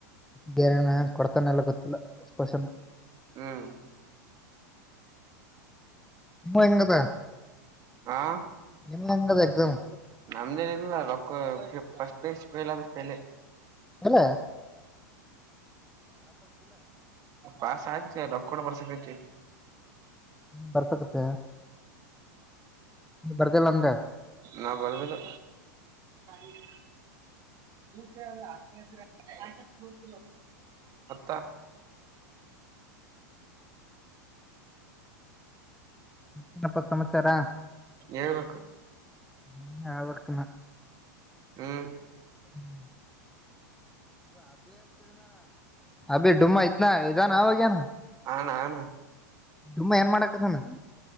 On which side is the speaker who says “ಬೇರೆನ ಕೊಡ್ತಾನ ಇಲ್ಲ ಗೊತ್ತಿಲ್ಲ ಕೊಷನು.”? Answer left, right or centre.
Centre